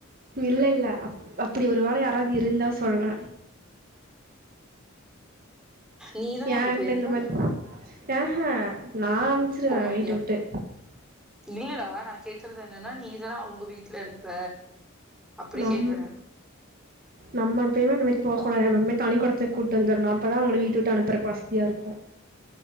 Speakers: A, on the right; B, in the centre.
A: இல்ல இல்ல அப் அப்படி ஒரு வேள யாராவது இருந்தா சொல்ற
B: நீதான
A: ஏன்ட்ட
B: அங்க போயிருப்ப
A: இந்த மாரி அஹ நா அம்ச்சிருவ
B: போமாட்டியா
A: வீட்ட விட்டு
B: இல்லடா நா கேக்கறது என்னன்னா நீதானா அவுங்க வீட்ல இருப்ப அப்டி
A: நம்
B: கேக்குற
A: நம்ம எப்பயுமே அந்த மாரி போ கூடாது நம்ம எப்மே தனி குடுத்தனோ கூட்டு வந்துருனு அப்ப தா அவுங்கள வீட்ட விட்டு அனுப்பறக்கு வசதியா இருக்கு